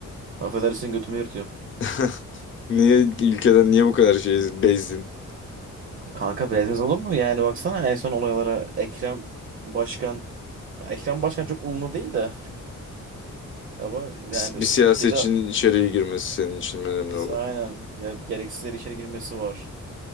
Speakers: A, on the right; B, on the left.
A: affedersin götümü yırtıyorum.
B: <laughs> Niye ülkeden niye bu kadar şey bezdin?
A: Kanka biraz olur mu? Yani baksana en son olaylara Ekrem Başkan Ekrem Başkan çok umurlu değil de ama yani
B: S- Bir siyasetçinin
A: ülkede
B: içeriye girmesi senin için önemli
A: Biz
B: olan.
A: aynen ya gereksiz yere içeri girmesi var.